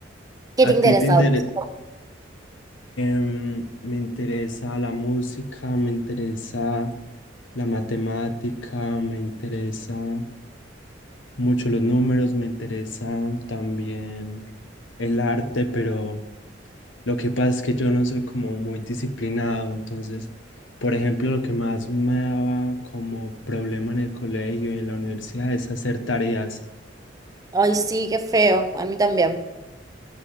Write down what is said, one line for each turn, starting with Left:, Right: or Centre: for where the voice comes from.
Right: ¿Qué
Left: ¿A
Right: te interesa?
Left: ti te interesa?
Right: a vos?
Left: me interesa la música, me interesa la matemática, me interesa mucho los números, me interesa también el arte, pero Lo que pasa es que yo no soy como muy disciplinado, entonces, por ejemplo, lo que más me daba como problema en el colegio y en la universidad es hacer tareas.
Right: Ay, sí, qué feo, a mí también.